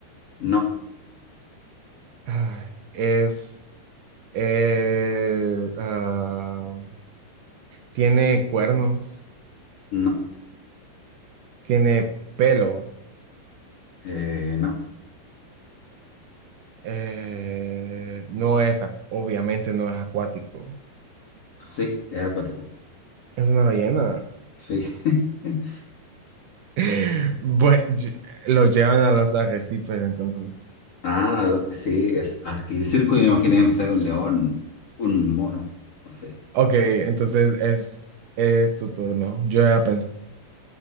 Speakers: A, on the left (about 45°); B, on the right (about 70°).
A: No,
B: Ay, es, eh, ah, tiene cuernos,
A: no,
B: tiene pelo,
A: eh, no.
B: eh, no es, ac- obviamente no es acuático,
A: Sí, es acuático.
B: es una ballena.
A: Sí. <laughs>
B: <laughs> Bue- ll- lo llevan a los arrecifes, entonces.
A: Ah, la- sí, es aquí circo y me imaginé, no sé, un león, un mono, no sé.
B: Ok, entonces es, es tu turno. Yo ya pensé,